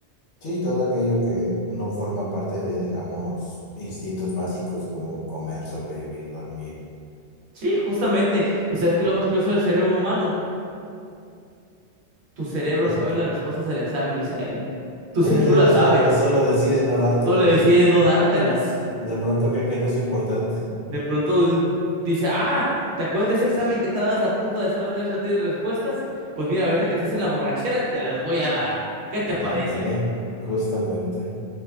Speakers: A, on the left; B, on the right.
A: Sí, todo aquello que no forma parte de, digamos, instintos básicos como comer, sobrevivir, dormir.
B: Sí, justamente. ¿Y sabes qué es lo más curioso del cerebro humano? Tu cerebro
A: Eh,
B: sabe las respuestas del examen, Misael. Tu
A: Sí,
B: cerebro
A: sí,
B: las
A: lo
B: sabe.
A: sabes, solo decide no dártelas.
B: Solo le decide no dártelas.
A: De pronto cree que no es importante.
B: De pronto dice, ah, ¿te acuerdas de ese examen que estabas a punto de hacer otra vez y no tienes respuestas? Pues mira, ahorita que estás en la borrachera, te las voy a dar. ¿Qué te parece?
A: Ándale, justamente.